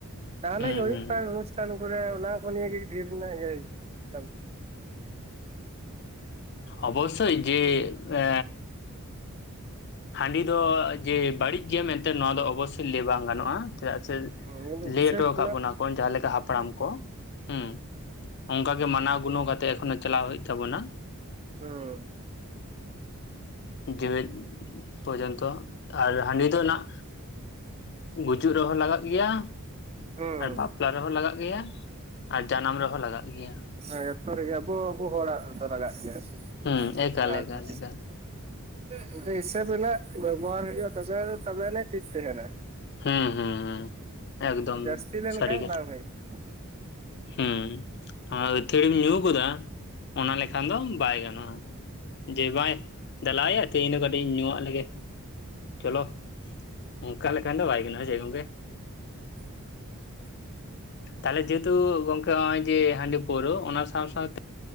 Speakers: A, on the right (about 25°); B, on the left (about 50°).
A: ᱡᱟᱦᱟᱱᱟᱜ
B: ᱦᱩᱸ
A: ᱜᱮ ᱦᱩᱭᱩᱜ
B: ᱦᱩᱸ
A: ᱠᱟᱱ ᱚᱱᱩᱥᱴᱷᱟᱱ ᱠᱚᱨᱮ ᱚᱱᱟ ᱠᱚ ᱱᱤᱭ ᱜᱮ ᱰᱷᱮᱨ ᱨᱮᱱᱟᱜ ᱜᱮ ᱠᱟᱱ ᱛᱟᱦᱮᱸᱫ᱾
B: ᱚᱵᱚᱥᱥᱳᱭ ᱡᱮ ᱮ ᱦᱟᱺᱰᱤ ᱫᱚ ᱡᱮ ᱵᱟᱹᱲᱤᱡ ᱜᱮᱭᱟ ᱢᱮᱱᱛᱮ ᱱᱚᱣᱟ ᱫᱚ ᱚᱵᱚᱥᱥᱳᱭ ᱞᱮᱟᱹᱭ ᱵᱟᱝ ᱜᱟᱱᱚᱜᱼᱟ᱾ ᱪᱮᱫᱟᱜ ᱥᱮ
A: ᱦᱩᱭᱩᱜ
B: ᱞᱟᱹᱭ
A: ᱦᱤᱥᱟᱹᱵ
B: ᱦᱚᱴᱚ ᱟᱠᱟᱫ
A: ᱨᱮᱱᱟᱜ
B: ᱵᱚᱱᱟ ᱠᱚ ᱡᱟᱦᱟᱸ ᱞᱮᱠᱟ ᱦᱟᱯᱲᱟᱢ ᱠᱚ᱾ ᱦᱩᱸ᱾ ᱚᱱᱠᱟ ᱜᱮ ᱢᱟᱱᱟᱣ ᱜᱩᱱᱟᱹᱣ ᱠᱟᱛᱮᱜ ᱮᱠᱷᱚᱱᱚ ᱪᱟᱞᱟᱣ ᱦᱩᱭᱩᱜ ᱛᱟᱵᱚᱱᱟ᱾
A: ᱦᱩᱸ᱾
B: ᱡᱮᱣᱮᱫ ᱯᱚᱨᱡᱚᱱᱛᱚ ᱟᱨ ᱦᱟᱺᱰᱤ ᱫᱚ ᱱᱟᱜ ᱜᱩᱡᱩᱜ ᱨᱮᱦᱚᱸ ᱞᱟᱜᱟᱜ ᱜᱮᱭᱟ
A: ᱦᱩᱸ
B: ᱟᱨ ᱵᱟᱯᱞᱟ ᱨᱮᱦᱚᱸ ᱞᱟᱜᱟᱜ ᱜᱮᱭᱟ᱾ ᱟᱨ ᱡᱟᱱᱟᱢ ᱨᱮᱦᱚᱸ ᱞᱟᱜᱟᱜ ᱜᱮᱭᱟ᱾
A: ᱦᱮᱸ ᱡᱚᱛᱚ ᱨᱮᱜᱮ ᱟᱵᱚ ᱟᱵᱚ ᱦᱚᱲᱟᱜ ᱫᱚ ᱞᱟᱜᱟᱜ ᱜᱮᱭᱟ
B: ᱦᱩᱸ ᱮᱠᱟᱞ
A: ᱞᱟᱜᱟᱣ
B: ᱮᱠᱟᱞ
A: ᱫᱚ᱾
B: ᱮᱠᱟᱞ
A: ᱡᱩᱫᱤ ᱦᱤᱥᱟᱹᱵ ᱨᱮᱱᱟᱜ ᱵᱮᱵᱚᱦᱟᱨ ᱦᱩᱭᱩᱜᱼᱟ ᱛᱚᱵᱮ ᱛᱚᱵᱮᱱᱤᱡ ᱴᱷᱤᱠ ᱛᱟᱦᱮᱱᱟ᱾
B: ᱦᱩᱸ ᱦᱩᱸ᱾ ᱮᱠᱫᱚᱢ
A: ᱡᱟᱹᱥᱛᱤ ᱞᱮᱱᱠᱷᱟᱱ
B: ᱥᱟᱹᱨᱤ ᱠᱟᱛᱷᱟ᱾
A: ᱵᱟᱝ ᱦᱩᱭᱩᱜᱼᱟ
B: ᱦᱩᱸ ᱟᱨ ᱟᱹᱛᱷᱟᱹᱲᱤᱢ ᱧᱩ ᱜᱚᱫᱟ ᱚᱱᱟ ᱞᱮᱠᱷᱟᱱ ᱫᱚ ᱵᱟᱭ ᱜᱟᱱᱚᱜ-ᱟ᱾ ᱡᱮ ᱵᱟᱝᱭᱟ ᱫᱞᱟᱭᱭᱟ ᱛᱮᱦᱮᱧ ᱫᱚ ᱠᱟᱹᱴᱤᱡ ᱤᱧ ᱧᱩᱣᱟᱜ ᱞᱮᱜᱮ᱾ ᱪᱚᱞᱚ ᱚᱱᱠᱟ ᱞᱮᱠᱷᱟᱱ ᱫᱚ ᱵᱟᱭ ᱜᱟᱱᱚᱜᱼᱟ ᱥᱮ ᱪᱮᱫ ᱜᱚᱝᱠᱮ᱾
A: <inaudible>
B: ᱛᱟᱞᱦᱮ ᱡᱮᱦᱮᱛᱩ ᱜᱚᱝᱠᱮ ᱱᱚᱜᱼᱚᱭ ᱡᱮ ᱦᱟᱸᱰᱤ ᱯᱩᱨᱟᱹ ᱚᱱᱟ ᱥᱟᱶ ᱥᱟᱶᱛᱮ